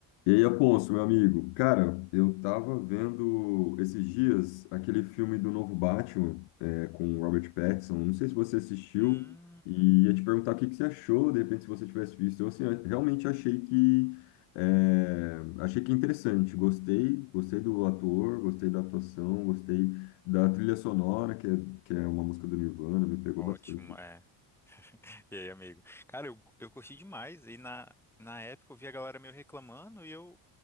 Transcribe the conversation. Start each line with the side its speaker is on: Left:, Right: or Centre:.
Left: E aí, Afonso, meu amigo, cara, eu tava vendo esses dias aquele filme do novo Batman, é, com o Robert Pattinson. Não sei se você assistiu
Centre: Hum,
Left: e ia te perguntar o que que você achou, de repente, se você tivesse visto. Eu, assim, eu realmente achei que é, achei que é interessante. Gostei, gostei do ator, gostei da atuação, gostei da trilha sonora, que é, que é uma música do Nirvana, me pegou
Centre: ótimo,
Left: bastante.
Centre: é. E aí, amigo? Cara, eu, eu curti demais. E na, na época eu vi a galera meio reclamando e eu